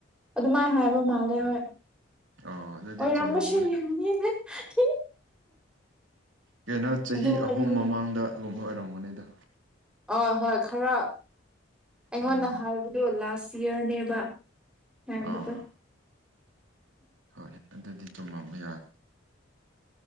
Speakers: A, in the centre; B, on the right.
A: ꯑꯗꯨꯃꯥꯏ ꯍꯥꯏꯕ ꯃꯥꯜꯂꯦ ꯍꯣꯏ
B: ꯑꯣ ꯑꯗꯨꯗꯤ
A: ꯑꯣꯏꯔꯝꯕꯁꯨ
B: ꯆꯨꯝꯃꯝꯒꯅꯤ
A: <unintelligible>
B: ꯀꯩꯅꯣ ꯆꯍꯤ
A: ꯑꯗꯨ ꯋꯥꯔꯤꯗꯣ
B: ꯑꯍꯨꯝ ꯃꯃꯥꯡꯗ ꯑꯗꯨꯨꯝꯕ ꯑꯣꯏꯔꯝꯒꯅꯤꯗ
A: ꯍ ꯍꯣꯏ ꯈꯔ ꯑꯩꯉꯣꯟꯗ
B: ꯎꯝ
A: ꯍꯥꯏꯕꯗꯨ ꯂꯥꯁ ꯏꯌꯥꯔꯅꯦꯕ <unintelligible>
B: ꯑꯥ ꯍꯣꯏ ꯑꯗꯨꯗꯤ ꯆꯨꯝꯂꯝꯝꯕ ꯌꯥꯔꯦ